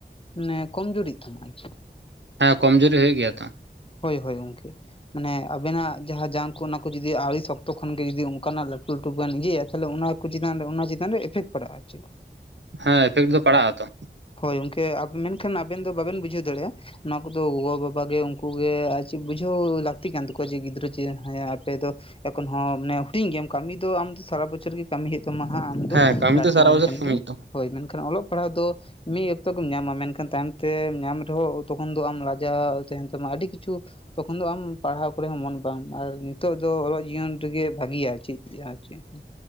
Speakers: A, on the left; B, on the right.
A: ᱢᱟᱱᱮ ᱠᱚᱢᱡᱩᱨᱤᱜ ᱛᱟᱢᱟ ᱟᱨᱠᱤ᱾
B: ᱦᱮᱸ ᱠᱚᱢ ᱡᱩᱨᱤ ᱦᱩᱭᱩᱜ ᱜᱮᱭᱟ ᱛᱚ᱾
A: ᱦᱳᱭ ᱦᱳᱭ ᱜᱚᱝᱠᱮ, ᱢᱟᱱᱮ ᱟᱵᱮᱱᱟᱜ ᱡᱟᱦᱟᱸ ᱡᱟᱝ ᱠᱚ ᱚᱱᱟ ᱠᱚ ᱡᱩᱫᱤ ᱟᱹᱣᱨᱤ ᱥᱚᱠᱛᱚ ᱠᱷᱚᱱ ᱡᱩᱫᱤ ᱚᱱᱠᱟᱱᱟᱜ ᱞᱟᱹᱴᱩ ᱞᱟᱹᱴᱩ ᱵᱮᱱ ᱤᱭᱟᱹᱭᱟ ᱛᱟᱦᱚᱞᱮ ᱚᱱᱟ ᱠᱚ ᱪᱮᱛᱟᱱ ᱨᱮ ᱚᱱᱟ ᱪᱮᱛᱟᱱ ᱨᱮ ᱮᱯᱷᱮᱠᱴ ᱯᱟᱲᱟᱜᱼᱟ᱾ ᱟᱨ ᱪᱮᱫ?
B: ᱦᱮᱸ ᱮᱯᱷᱮᱠᱴ ᱫᱚ ᱯᱟᱲᱟᱜ-ᱟ ᱛᱚ᱾
A: ᱦᱳᱭ ᱜᱚᱝᱠᱮ ᱟᱵ ᱢᱮᱱᱠᱷᱟᱱ ᱟᱵᱮᱱ ᱫᱚ ᱵᱟᱵᱮᱱ ᱵᱩᱡᱷᱟᱹᱣ ᱫᱟᱲᱮᱭᱟᱜᱼᱟ᱾ ᱱᱚᱣᱟ ᱠᱚᱫᱚ ᱜᱚᱵᱟᱵᱟᱟᱜ ᱜᱮ ᱩᱱᱠᱩᱩᱜ ᱜᱮ ᱟᱨ ᱪᱮᱫ ᱵᱩᱡᱷᱟᱹᱣ ᱞᱟᱹᱠᱛᱤ ᱠᱟᱱ ᱛᱟᱠᱚᱣᱟ, ᱡᱮ ᱜᱤᱫᱽᱨᱟᱹ ᱪᱮᱫ ᱦᱸ ᱟᱯᱮ ᱫᱚ ᱮᱠᱷᱚᱱ ᱦᱚᱸ ᱢᱟᱱᱮ ᱦᱩᱰᱤᱧ ᱜᱮᱭᱟᱢ ᱠᱟᱹᱢᱤ ᱫᱚ ᱟᱢ ᱥᱟᱨᱟ ᱵᱚᱪᱷᱚᱨ ᱜᱮ ᱠᱟᱹᱢᱤ ᱦᱩᱭᱩᱜ ᱛᱟᱢᱟ ᱦᱟᱜ ᱟᱢ ᱫᱚ
B: ᱦᱮᱸ
A: ‌
B: ᱠᱟᱹᱢᱤ
A: ᱞᱟᱴᱩ
B: ᱫᱚ ᱥᱟᱨᱟ
A: ᱞᱮᱱᱠᱷᱟᱱ
B: ᱵᱚᱪᱷᱚᱨ ᱠᱟᱹᱢᱤ
A: ᱜᱮ,
B: ᱦᱩᱭᱩᱜ ᱛᱟᱢᱟ
A: ᱦᱳᱭ ᱢᱮᱱᱠᱷᱟᱱ ᱚᱞᱚᱜ ᱯᱟᱲᱦᱟᱜ ᱫᱚ ᱢᱤᱫ ᱚᱠᱛᱚ ᱜᱮᱢ ᱧᱟᱢᱟ ᱢᱮᱱᱠᱷᱟᱱ, ᱛᱟᱭᱚᱢ ᱛᱮ ᱧᱟᱢ ᱨᱮᱦᱚᱸ ᱛᱚᱠᱷᱚᱱ ᱫᱚ ᱟᱢ ᱞᱟᱡᱟᱣ ᱛᱟᱦᱮᱱ ᱛᱟᱢᱟ ᱟᱹᱰᱤ ᱠᱤᱪᱷᱩ ᱛᱚᱠᱷᱚᱱ ᱫᱚ ᱟᱢ ᱯᱟᱲᱦᱟᱣ ᱠᱚᱨᱮ ᱦᱚᱸ ᱢᱚᱱ ᱵᱟᱢ ᱟᱨ ᱱᱤᱛᱚᱜ ᱫᱚ ᱚᱞᱚᱜ ᱡᱤᱭᱚᱱ ᱨᱮᱜᱮ ᱵᱷᱟᱹᱜᱤᱭᱟ ᱪᱤᱫ ᱪᱮᱫ <unintelligible>